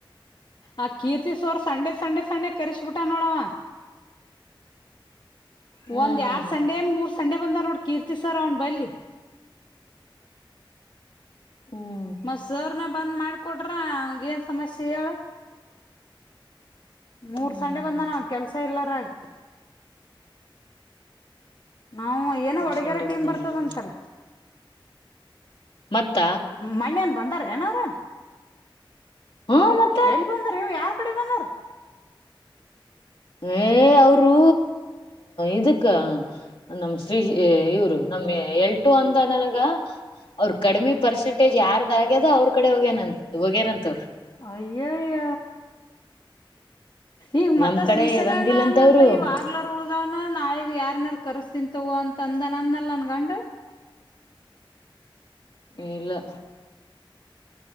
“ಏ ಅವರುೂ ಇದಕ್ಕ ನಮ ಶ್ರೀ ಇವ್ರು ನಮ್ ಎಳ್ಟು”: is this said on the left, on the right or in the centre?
Left